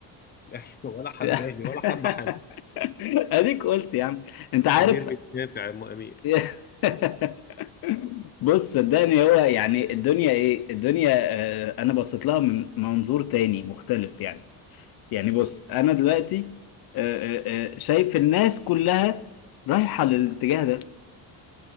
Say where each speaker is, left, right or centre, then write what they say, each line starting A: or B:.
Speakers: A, on the left (about 25°); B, on the left (about 60°).
A: <laughs> ولا حباني
B: <laughs>
A: ولا حب حد
B: اديك قلت يا عم انت عارف
A: امير مش نافع يا ام امير
B: <laughs> بص صدقني هو يعني الدنيا ايه الدنيا آه، انا بصيت لها من منظور تاني مختلف يعني يعني بص انا دلوقتي آه، آه، آه، شايف الناس كلها رايحه للاتجاه ده